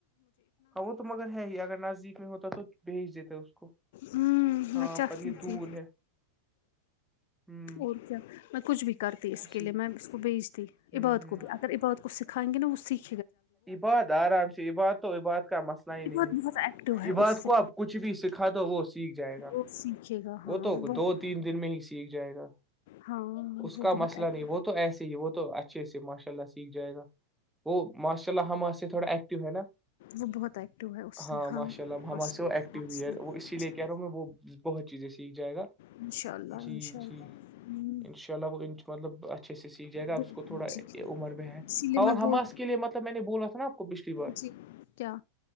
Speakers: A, in the centre; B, on the left.
A: ہاں وہ تو مگر ہے ہی اگر نزدیک میں ہوتا تو بھیج دیتے اس کو
B: ہ
A: ہاں
B: میں چاہتی
A: پر یہ دور
B: تھی
A: ہے ہ
B: اور کیا میں کچھ بھی کرتی اس
A: اسی
B: کے لیے میم اس کو بھیج دی
A: ہوں
B: عباد
A: ہوں
B: کو بھی اگر عباد کو سکھائیں گے نا اس سیک
A: عباد آرام سے عباد تو عباد کا مسئلہ ہی نہیں
B: عباد
A: ہے
B: بہت ایکٹو
A: عباد
B: اس سے
A: کو اب کچھ بھی سیکھا تو وہ سیکھ جائے گا
B: وہ سیکھے گا ہاں
A: وہ تو
B: بہت
A: دو تین دن میں ہی سیکھ جائے گا
B: ہاں
A: اس
B: وہ
A: کا مسئلہ
B: بہت ایک-
A: نہیں وہ تو ایسے ہی وہ تو اچھے سے ماشاء اللہ سیکھ جائے گا وہ ماشاء اللہ ہما سے تھوڑا ایکٹیو ہے نا
B: وہ بہت ایکٹو ہے اس
A: ہاں
B: سے
A: ماشاء اللہ
B: ماشاء
A: حماس سے وہ
B: اللہ
A: ایکٹیو
B: ماشاء
A: بھی ہے وہ اسی لیے
B: اللہ
A: کہہ رہا ہوں میں وہ بہت چیزیں سیکھ جائے گا
B: انشاء اللہ
A: جی
B: انشاء اللہ
A: جی
B: ہوں
A: ان شاء اللہ وہ مطلب اچھے سے سیکھ جائے گا اپ
B: بالکل
A: اس کو تھوڑا
B: جی
A: عمر میں ہے
B: اسی لیے
A: ہان اور
B: میں بول
A: ہمماس کے لیے مطلب میں نے بولا تھا نا آپ کو پچھلی بار
B: سیکھ گیا